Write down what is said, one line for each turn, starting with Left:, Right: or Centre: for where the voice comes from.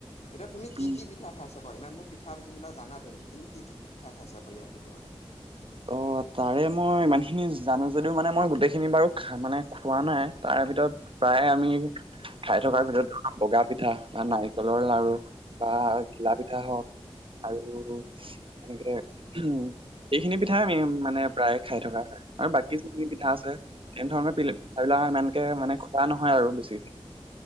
Left: এতিয়া তুমি কি
Right: উম
Left: কি পিঠা খাই চাবা ইমানবোৰ পিঠা যেনিবা জানা তুমি কিন্তু কি পিঠা খাই চাবা ইয়াৰ ভিতৰতে?
Right: অ। তাৰে মই ইমানখিনি জানো যদিও মানে মই গোটেইখিনি বাৰু মানে খোৱা নাই তাৰে ভিতৰত প্ৰায় আমি খাই থকাৰ ভিতৰত <unintelligible> বগা পিঠা বা নাৰিকলৰ লাৰু বা ঘিলা পিঠা হওঁক। আৰু এনেকে উ সিখিনি পিঠাই আমি মানে প্ৰায়ে খাই থকা হয় আৰু বাকী যোনখিনি পিঠা আছে। এনে ধৰণৰ পিলে সেবিলাক ইমানকে মানে খোৱা নহয় আৰু বেছিকে।